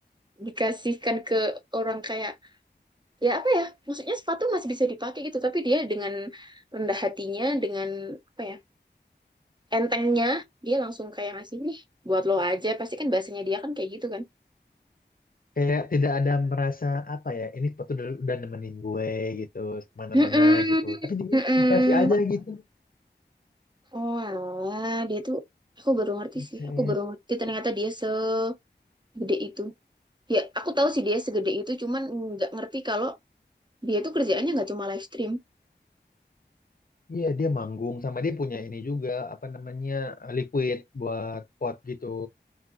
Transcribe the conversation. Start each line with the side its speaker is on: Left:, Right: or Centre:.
Right: dikasihkan ke orang kayak ya apa ya maksudnya sepatu masih bisa dipakai gitu tapi dia dengan rendah hatinya dengan apa ya entengnya dia langsung kayak ngasih nih buat lo aja pasti kan bahasanya dia kan kayak gitu kan
Left: kayak tidak ada merasa apa ya ini sepatu udah, udah nemenin gue gitu kemana-mana
Right: Mm-mm,
Left: gitu tapi dia
Right: mm-mm.
Left: dikasih aja gitu
Right: oh alah dia tuh aku baru ngerti
Left: Buset.
Right: sih aku baru ngerti ternyata dia segede itu ya aku tahu sih dia segede itu cuman nggak ngerti kalau dia tuh kerjaannya nggak cuma live stream
Left: iya dia manggung sama dia punya ini juga apa namanya liquid buat pot gitu